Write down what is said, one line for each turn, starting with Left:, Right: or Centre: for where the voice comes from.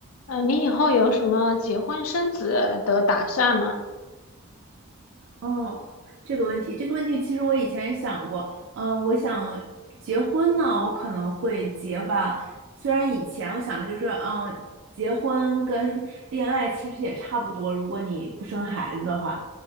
Left: 嗯，你以后有什么结婚生子的打算吗？
Right: 哦，这个问题，这个问题其实我以前也想过。嗯，我想结婚呢，我可能会结吧。虽然以前我想的就是，嗯，结婚跟 <laughs> 恋爱其实也差不多，如果你不生孩子的话，